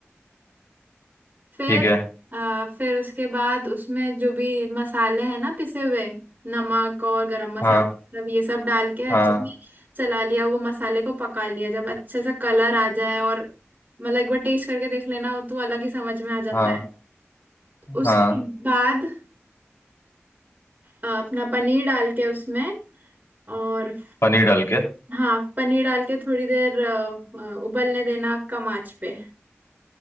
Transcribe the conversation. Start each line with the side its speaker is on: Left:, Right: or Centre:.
Right: फिर
Left: ठीक है
Right: अ, फिर उसके बाद उसमें जो भी मसाले हैं ना पिसे हुए नमक और गरम मसाला
Left: हाँ
Right: मतलब ये सब डाल के
Left: हाँ
Right: अच्छे से चला लिया वो मसाले को पका लिया जब अच्छे से कलर आ जाए और मतलब एक बार टेस्ट करके देख लेना वो तो अलग ही समझ में आ जाता
Left: हाँ
Right: है उसके
Left: हाँ
Right: बाद अ, अपना पनीर डाल के उसमें और
Left: पनीर डाल के
Right: हाँ पनीर डाल के थोड़ी देर अ, अ, उबलने देना कम आंच पे